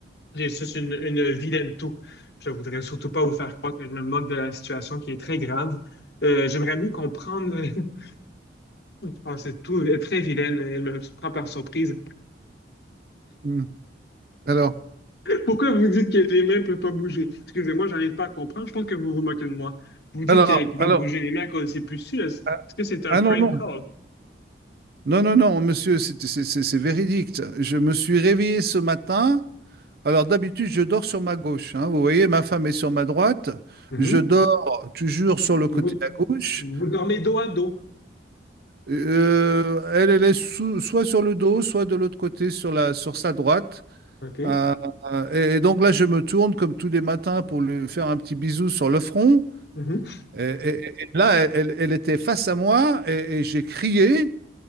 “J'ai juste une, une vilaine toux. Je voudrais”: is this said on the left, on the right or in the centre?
Left